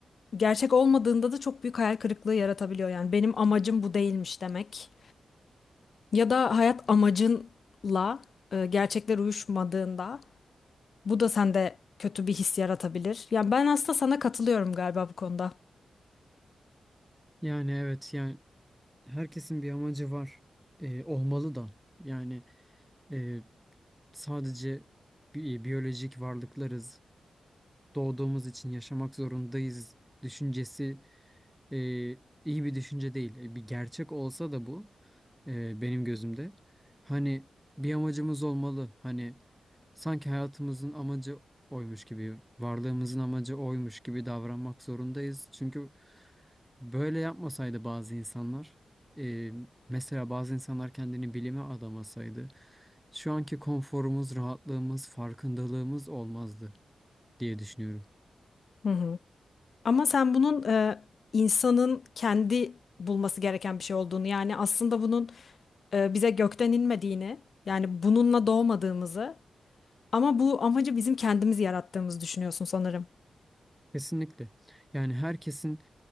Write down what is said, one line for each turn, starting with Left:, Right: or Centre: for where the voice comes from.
Left: gerçek olmadığında da çok büyük hayal kırıklığı yaratabiliyor. Yani benim amacım bu değilmiş demek. Ya da hayat amacınla e, gerçekler uyuşmadığında bu da sende kötü bir his yaratabilir. Yani ben aslında sana katılıyorum galiba bu konuda.
Centre: Yani evet yani herkesin bir amacı var. Ee, olmalı da. Yani e, sadece bi- biyolojik varlıklarız. Doğduğumuz için yaşamak zorundayız düşüncesi e, iyi bir düşünce değil. E, Bir gerçek olsa da bu e, benim gözümde. Hani bir amacımız olmalı. Hani sanki hayatımızın amacı oymuş gibi, varlığımızın amacı oymuş gibi davranmak zorundayız. Çünkü Böyle yapmasaydı bazı insanlar, e, mesela bazı insanlar kendini bilime adamasaydı, şu anki konforumuz, rahatlığımız, farkındalığımız olmazdı diye düşünüyorum.
Left: Hı hı. Ama sen bunun e, insanın kendi bulması gereken bir şey olduğunu yani aslında bunun e, bize gökten inmediğini yani bununla doğmadığımızı ama bu amacı bizim kendimiz yarattığımızı düşünüyorsun sanırım.
Centre: Kesinlikle. Yani herkesin